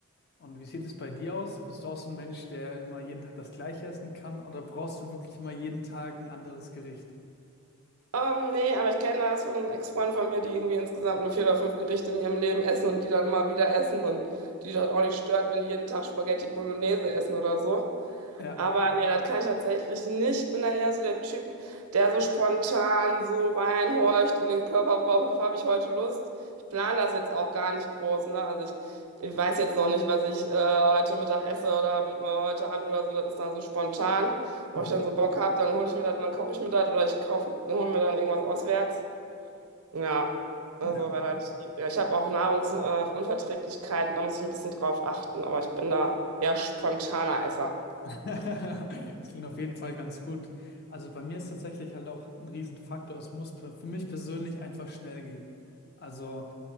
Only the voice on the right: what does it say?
Ähm, nee, aber ich kenne das von Ex-Freunden von mir, die irgendwie insgesamt nur vier oder fünf Gerichte in ihrem Leben essen und die dann immer wieder essen und die das auch nicht stört, wenn die jeden Tag Spaghetti Bolognese essen oder so.
Aber nee, das kann ich tatsächlich nicht. Ich bin da eher so der Typ, der so spontan so reinhorcht in den Körper, worauf habe ich heute Lust? Ich plane das jetzt auch gar nicht groß, ne? Also ich, ich weiß jetzt noch nicht, was ich äh, heute Mittag esse oder äh, heute Abend oder so. Das ist dann so spontan, wo
ich dann so Bock habe, dann hole ich mir das und dann koche ich mir das oder ich kaufe, hole mir dann irgendwas auswärts. Ja, also
relativ. Ja, ich habe auch Nahrungsunverträglichkeiten, äh, Unverträglichkeiten, da muss ich ein bisschen drauf achten, aber ich bin da eher spontaner Esser.